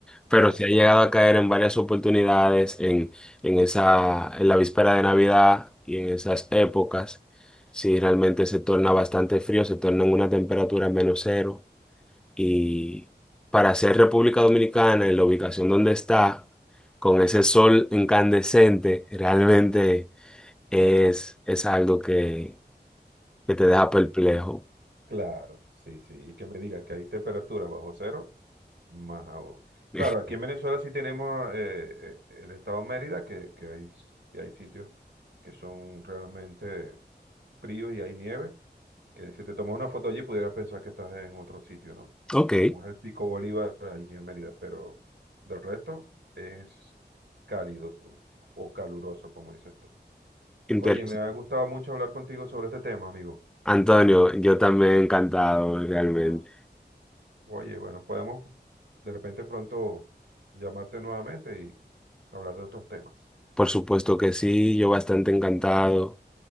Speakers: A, in the centre; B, on the right (about 85°).
A: pero
B: correcto.
A: sí ha llegado a caer en varias oportunidades en, en esa, en la víspera de Navidad y en esas épocas. Sí, realmente se torna bastante frío, se torna en una temperatura menos cero. Y para ser República Dominicana, en la ubicación donde está, con ese sol incandescente, realmente es, es algo que, que te deja perplejo.
B: sí. Claro, sí, sí. Y que me digas que hay temperatura bajo cero, más aún.
A: <laughs>
B: Claro, aquí en Venezuela sí tenemos eh, eh, el estado Mérida, que, que hay, s- y hay sitios que son realmente fríos y hay nieve, que si te tomas una foto allí pudieras pensar que estás en otro sitio, ¿no?
A: Ok,
B: Como es el Pico Bolívar allí en Mérida, pero del resto es cálido o caluroso, como dices tú.
A: interesante.
B: Oye, me ha gustado mucho hablar contigo sobre este tema, amigo.
A: Antonio, yo también encantado, realmente.
B: Ah, Oye, bueno, podemos de repente pronto llamarte nuevamente y hablar de otros temas.
A: Por supuesto que sí, yo bastante encantado.